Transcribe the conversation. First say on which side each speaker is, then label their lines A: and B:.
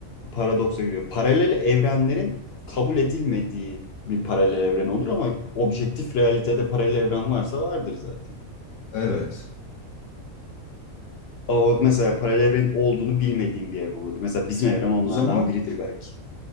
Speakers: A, on the left; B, on the left.
A: paradoksa giriyor. Paralel evrenlerin kabul edilmediği bir paralel evren olur ama objektif realitede paralel evren varsa vardır zaten.
B: Evet.
A: Ama O mesela paralel evrenin olduğunu bilmediğim bir evren olabilir. Mesela bizim evren onlardan
B: O zaman
A: biridir belki.